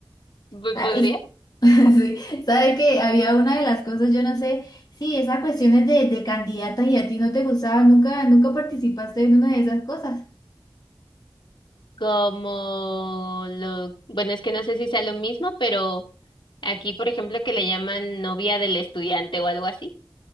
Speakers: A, on the left (about 80°); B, on the left (about 50°).
A: Pues,
B: Ah,
A: ¿Podría?
B: y- <laughs> Sí, sabe que había una de las cosas, yo no sé, sí, esas cuestiones de, de candidatas y a ti no te gustaba, nunca, nunca participaste en una de esas cosas.
A: Como lo, bueno, es que no sé si sea lo mismo, pero aquí, por ejemplo, que le llaman novia del estudiante o algo así.